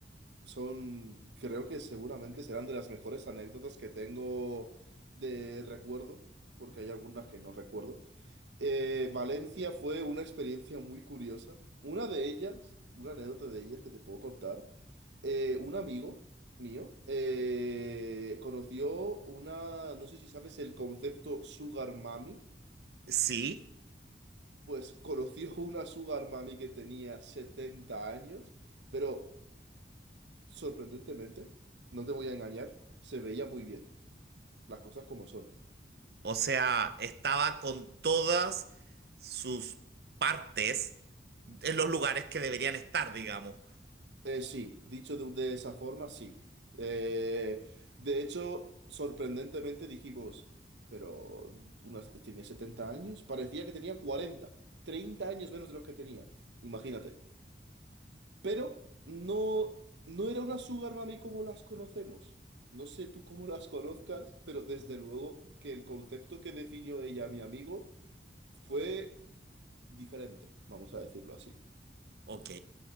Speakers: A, on the right; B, on the right.
A: son, creo que seguramente serán de las mejores anécdotas que tengo de recuerdo, porque hay algunas que no recuerdo. Eh, Valencia fue una experiencia muy curiosa. Una de ellas, una anécdota de ellas que te puedo contar, eh, un amigo mío eh, conoció una, no sé si sabes el concepto Sugar Mami,
B: Sí,
A: pues conoció una Sugar Mami que tenía 70 años, pero... Sorprendentemente, no te voy a engañar, se veía muy bien, las cosas como son.
B: o sea, estaba con todas sus partes en los lugares que deberían estar, digamos.
A: Eh, sí, dicho de, de esa forma, sí. Eh, de hecho, sorprendentemente dijimos, pero unas, tenía 70 años, parecía que tenía 40 30 años menos de los que tenía, imagínate. Pero no, no era una sugar mami como las conocemos. No sé tú cómo las conozcas, pero desde luego que el concepto que definió ella, a mi amigo, fue diferente, vamos a decirlo así.
B: Ok,